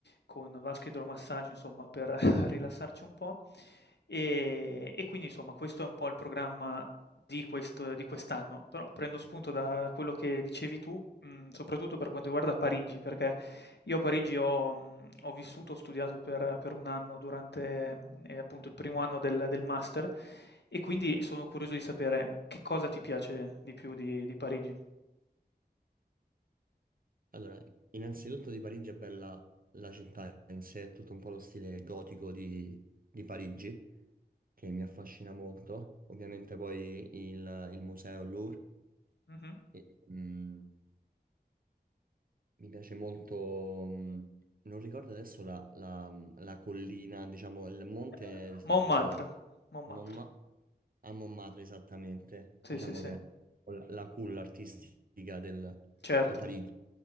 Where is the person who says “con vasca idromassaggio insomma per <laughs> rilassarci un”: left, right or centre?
Left